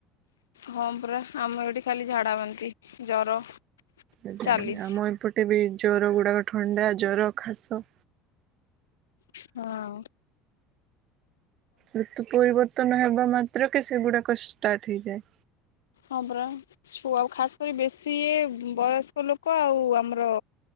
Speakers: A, on the left (about 85°); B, on the right (about 50°).
A: ହଁ ପରା ଆମର ଏଠି ଖାଲି ଝାଡା ବାନ୍ତି ଜର।
B: ଆଜ୍ଞା,
A: ଚାଲିଛି
B: ଆଜ୍ଞା ଆମ ଏପଟେ ବି ଜ୍ୱର ଗୁଡ଼ାକ ଥଣ୍ଡା ଜର ଖାସ।
A: ହଁ ଆଉ।
B: ଋତୁ ପରିବର୍ତ୍ତନ ହେବା ମାତ୍ରକେ ସେଗୁଡାକ ଷ୍ଟାର୍ଟ ହେଇଯାଏ।
A: ହଁ ପରା। ଛୁଆ ଆଉ ଖାସ୍ କରି ବେଶୀ ଏ ବୟସ୍କ ଲୋକ ଆଉ ଆମର।